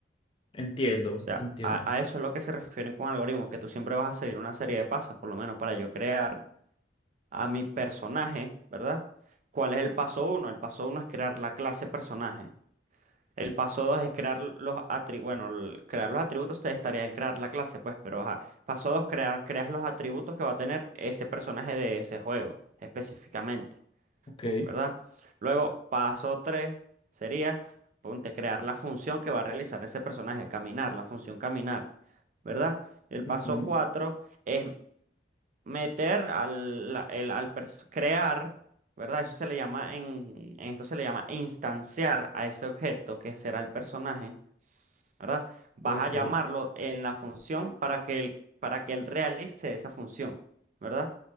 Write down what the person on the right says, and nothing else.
O sea,
a, a eso es lo que se refieren con algoritmo, que tú siempre vas a seguir una serie de pasos, por lo menos para yo crear a mi personaje, ¿verdad? ¿Cuál es el paso uno? El paso uno es crear la clase personaje. El paso dos es crear los atributos. Bueno, el- crear los atributos ustedes estarían en crear la clase, pues, pero ajá. Paso dos, crear, creas los atributos que va a tener ese personaje de ese juego, específicamente.
¿verdad? Luego, paso 3 sería, ponte, crear la función que va a realizar ese personaje, caminar, la función caminar, ¿verdad? El
paso 4 es meter al, la- el- al pers- crear, ¿verdad? Eso se le llama, en, en esto se le llama instanciar a ese objeto que será el personaje, ¿verdad? Vas
a llamarlo en la función para que él, para que él realice esa función, ¿verdad?